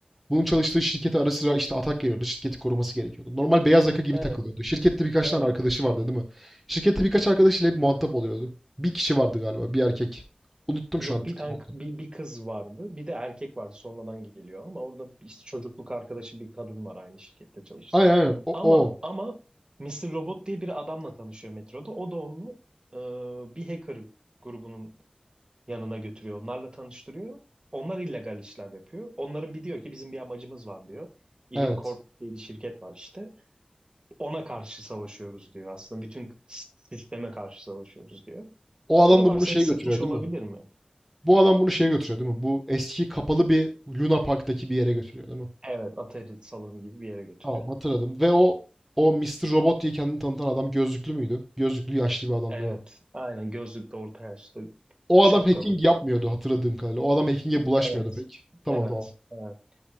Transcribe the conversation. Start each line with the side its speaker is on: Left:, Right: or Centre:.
Centre: Bunun çalıştığı şirkete ara sıra işte atak geliyordu. Şirketi koruması gerekiyordu. Normal beyaz yaka gibi
Right: Evet,
Centre: takılıyordu. Şirkette birkaç
Right: evet.
Centre: tane arkadaşı vardı değil mi? Şirkette birkaç arkadaşıyla hep muhatap oluyordu. Bir kişi vardı galiba, bir erkek. Unuttum
Right: Yok
Centre: şu an
Right: bir tane
Centre: kim olduğunu.
Right: bir, bir kız vardı. Bir de erkek vardı sonradan geliyor ama orada işte çocukluk arkadaşı bir kadın var aynı şirkette çalıştı.
Centre: Aynen aynen. O,
Right: Ama
Centre: o.
Right: ama Mister Robot diye bir adamla tanışıyor metroda. O da onu e, bir hacker grubunun yanına götürüyor. Onlarla tanıştırıyor. Onlar illegal işler yapıyor. Onların bir diyor ki bizim bir amacımız var diyor. Evil
Centre: Evet.
Right: Corp diye bir şirket var işte. Ona karşı savaşıyoruz diyor aslında. Bütün s- sisteme karşı savaşıyoruz diyor.
Centre: O adam
Right: Oralar
Centre: da bunu
Right: seni
Centre: şeye
Right: sıkmış
Centre: götürüyor değil
Right: olabilir
Centre: mi?
Right: mi?
Centre: Bu adam bunu şeye götürüyor değil mi? Bu eski kapalı bir Luna Park'taki bir yere götürüyor değil mi?
Right: Evet, Atari salonu gibi bir yere götürüyor.
Centre: Tamam hatırladım. Ve o o Mister Robot diye kendini tanıtan adam gözlüklü müydü? Gözlüklü yaşlı bir adam
Right: Evet,
Centre: değil mi?
Right: aynen gözlüklü, orta yaşlı,
Centre: O
Right: şapkalı.
Centre: adam hacking yapmıyordu hatırladığım kadarıyla. O adam hacking'e bulaşmıyordu
Right: Evet,
Centre: pek. Tamam
Right: evet,
Centre: tamam.
Right: evet.